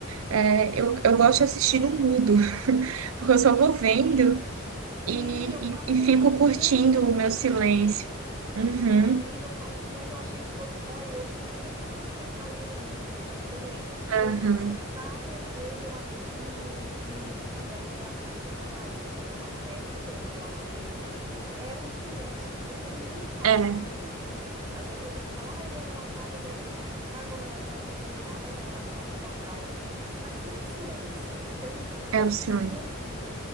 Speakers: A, on the right; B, on the right.
A: é, eu, eu gosto de assistir no mudo, <laughs> porque eu só vou vendo
B: Sim,
A: e,
B: eu faço
A: e, e fico curtindo
B: muito isso.
A: o meu silêncio. Uhum,
B: Amiga, eu faço muito, eu achei que fosse só eu. Que interessante você trazer isso, essa experiência, porque
A: aham.
B: várias vezes eu assisto no mundo, no mudo também. Engraçado você falar isso, né? Uma técnica de relaxamento é o silêncio, porque ninguém fala
A: É,
B: sobre isso. Às vezes a gente fala, ah, eu vou relaxar, vou botar uma música, ah, eu vou relaxar, eu vou caminhar, eu vou relaxar, eu vou pra praia. Mas e o silêncio? Porque a gente precisa
A: é o
B: se
A: silêncio.
B: se ouvir